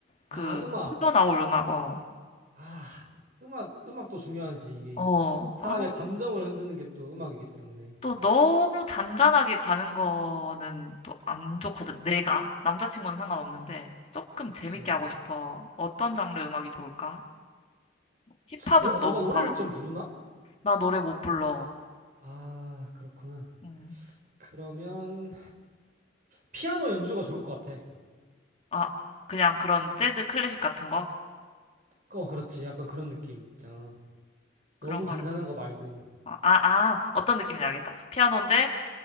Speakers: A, on the left (about 35°); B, on the right (about 45°).
A: 그
B: 아, 음악.
A: 흘러나올 음악, 어.
B: 아, 음악, 음악도 중요하지, 이게.
A: 어,
B: 사람의
A: 아,
B: 감정을 흔드는 게 또 음악이기 때문에.
A: 또 너무 잔잔하게 가는 거는 또 안 좋거든. 내가 남자친구는 상관없는데 조금
B: 그치.
A: 재밌게 하고 싶어. 어떤 장르 음악이 좋을까? 힙합은
B: 너, 너가
A: 너무
B: 노래를
A: 과하고
B: 좀 부르나?
A: 나 노래 못 불러.
B: 아, 그렇구나.
A: 음.
B: 그러면, 피아노 연주가 좋을 것 같아.
A: 아, 그냥 그런 재즈 클래식 같은 거
B: 어, 그렇지. 약간 그런 느낌 있잖아.
A: 그런
B: 너무 잔잔한
A: 거를 진짜.
B: 거 말고.
A: 아, 아, 아, 어떤 느낌인지 알겠다. 피아노인데